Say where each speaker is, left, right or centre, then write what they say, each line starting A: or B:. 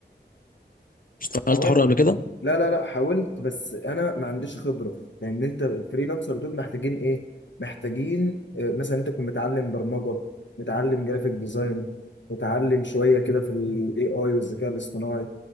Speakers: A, on the left (about 50°); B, on the left (about 85°).
A: اشتغلت
B: حاولت
A: حر قبل كده
B: لا لا لا حاولت بس انا ما عنديش خبره لان انت الفريلانسر دول محتاجين ايه محتاجين آه، مثلا انت تكون متعلم برمجه متعلم جرافيك ديزاين متعلم شويه كده في الاي اي والذكاء الاصطناعي